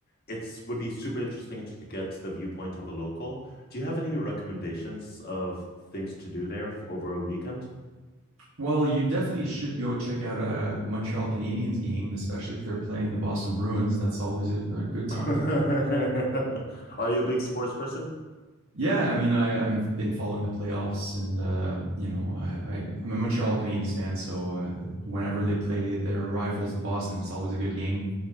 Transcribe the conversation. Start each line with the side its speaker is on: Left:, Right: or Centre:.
Left: it's would be super interesting to get the viewpoint of a local. Do you have any recommendations of things to do there f over a weekend?
Right: Well, you definitely should go check out a Montreal Canadiens game, especially if they're playing the Boston Bruins. That's always a, a good time.
Left: <laughs> Are you a big sports person?
Right: Yeah, I mean, I, I've been following the playoffs, and uh, you know, I, I, I'm a Montreal Canadiens fan, so uh, whenever they play their rivals, the Boston, it's always a good game.